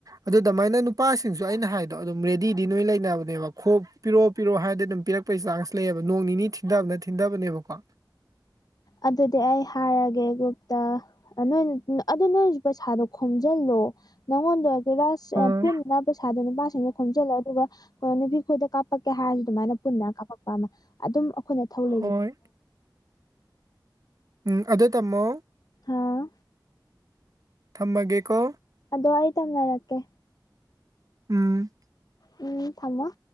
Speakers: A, on the right (about 50°); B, on the left (about 55°).
A: ꯑꯗꯨ ꯑꯗꯨꯃꯥꯏꯅ ꯅꯨꯄꯥꯁꯤ ꯁꯤꯡꯁꯨ ꯑꯩꯅ ꯍꯥꯏꯗꯣ ꯑꯗꯨꯝ ꯔꯦꯗꯤꯗꯤꯂꯣꯏ ꯂꯩꯅꯕꯅꯦꯕ ꯈꯣꯞ ꯄꯤꯔꯣ ꯄꯤꯔꯛꯑꯣ ꯍꯥꯏꯔꯗꯤ ꯑꯗꯨꯝ ꯄꯤꯔꯛꯄ <unintelligible> ꯆꯥꯟꯁ ꯂꯩꯌꯦꯕ ꯅꯣꯡ ꯅꯤꯅꯤ ꯊꯤꯟꯊꯕꯅ ꯊꯤꯟꯊꯕꯅꯦꯕꯀꯣ
B: ꯑꯗꯨꯗꯤ ꯑꯩ ꯍꯥꯏꯔꯒꯦ ꯒ꯭ꯔꯨꯞꯇ ꯅꯣꯏ ꯑꯗꯨ ꯅꯣꯏꯁꯨ ꯄꯩꯁꯥꯗꯣ ꯈꯣꯝꯖꯤꯜꯂꯣ ꯅꯪꯉꯣꯟꯗ ꯔꯥꯁ
A: ꯑꯥ
B: ꯄꯨꯟꯅ ꯄꯩꯁꯥꯗꯣ ꯅꯨꯄꯥꯁꯤꯡꯅ ꯈꯣꯝꯖꯤꯜꯂ ꯑꯗꯨꯒ ꯅꯨꯄꯤ ꯈꯣꯏꯗ ꯀꯥꯞ ꯀꯥꯞꯄꯛꯀꯦ ꯍꯥꯏꯔꯁꯨ ꯑꯗꯨꯃꯥꯏꯅ ꯄꯨꯟꯅ ꯀꯥꯄꯛꯄ ꯑꯃ ꯑꯗꯨꯝ ꯑꯩꯈꯣꯏꯅ ꯊꯧ ꯂꯩ
A: ꯍꯣꯏ ꯎꯝ ꯑꯗꯨ ꯇꯝꯃꯣ
B: ꯍꯥꯥ
A: ꯊꯝꯃꯒꯦꯀꯣ
B: ꯑꯗꯣ ꯑꯩ ꯇꯝꯅꯔꯛꯀꯦ
A: ꯎꯝ
B: ꯎꯝ ꯊꯝꯃꯣ